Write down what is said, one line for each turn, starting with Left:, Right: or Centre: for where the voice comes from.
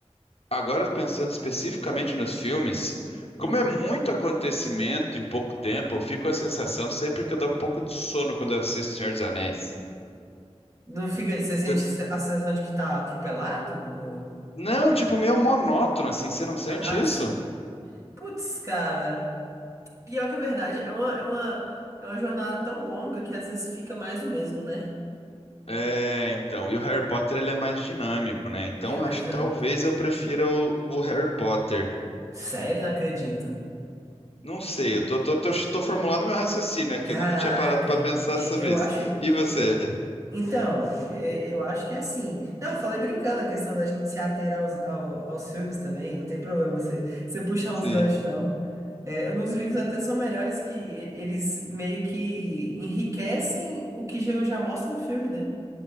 Left: agora pensando especificamente nos filmes,
Right: Hum.
Left: como é muito acontecimento em pouco tempo, eu fico com a sensação sempre que eu dou um pouco de sono quando eu assisto Senhor dos Anéis.
Right: Não fica. Você sente
Left: Você-
Right: a sensação de que tá atropelado? Ou-
Left: Não, tipo, meio monótono, assim, você não sente
Right: Ah,
Left: isso?
Right: sim. Putz, cara. Pior que a verdade, é uma, é uma, é uma jornada tão longa que às vezes fica mais o mesmo, né?
Left: É, então, e o Harry Potter ele é mais dinâmico, né? Então,
Right: Ele é
Left: eu
Right: mais
Left: acho
Right: dinâmico.
Left: que talvez eu prefira o, o Harry Potter.
Right: Sério, não acredito.
Left: Não sei, eu tô, tô, tô, tô formulando meu raciocínio aqui,
Right: Caraca,
Left: eu nunca tinha parado pra pensar
Right: e-
Left: sobre
Right: eu
Left: isso.
Right: acho.
Left: E você?
Right: eu- então, e- eu acho que é assim. Não, eu falei brincando a questão da gente se ater aos, ao- aos filmes também, não tem problema você, você puxar
Left: Sim,
Right: uns ganchos, não. É, nos livros até são melhores que e- eles meio que enriquecem o que já, já mostra no filme, né?